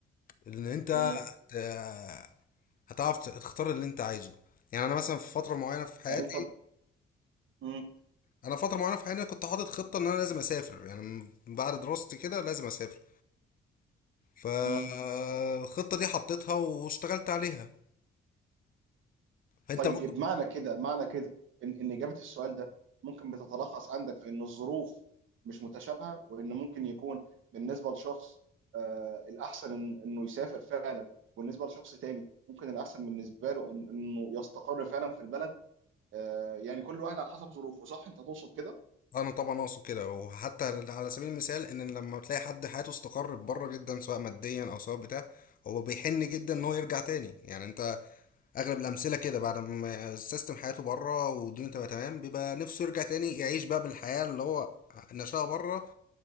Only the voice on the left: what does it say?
ان انت
آه، هتعرف تختار اللي انت عايزه يعني انا مثلا في فتره معينه في حياتي
انا فتره معينه في حياتي كنت حاطط خطه ان انا لازم اسافر يعني من بعد دراستي كده لازم اسافر فالخطه
دي حطيتها واشتغلت عليها انت
برضه
انا طبعا اقصد كده وحتى على سبيل المثال ان لما تلاقي حد حياته استقرت بره جدا سواء ماديا او سواء بتاع هو بيحن جدا ان هو يرجع تاني يعني انت اغلب الامثله كده بعد ما السيستم حياته بره والدنيا تبقى تمام بيبقى نفسه يرجع تاني يعيش بقى بالحياه اللي هو نشأها بره